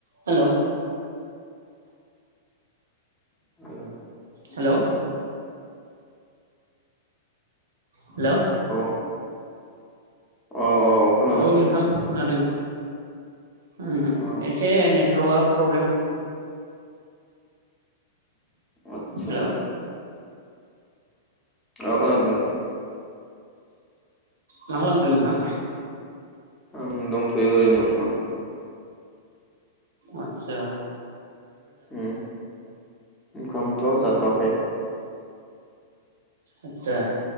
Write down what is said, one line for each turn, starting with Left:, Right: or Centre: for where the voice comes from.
Right: हेल'
Left: हेल'
Right: हेल' हेल'
Left: औ औ खोनादों
Right: औ नोंथां खोनादों। ओम
Left: औ
Right: एसे नेटवर्कआ प्रब्लेम होदोंमोन।
Left: आदसा
Right: हेल'
Left: अ खोनादों नोंथां।
Right: मा खालामदों नोंथां?
Left: आं दंथ'यो ओरैनो बरथमान।
Right: आतसा।
Left: ओम ओंखामथ' जाथ'वाखै।
Right: आतसा।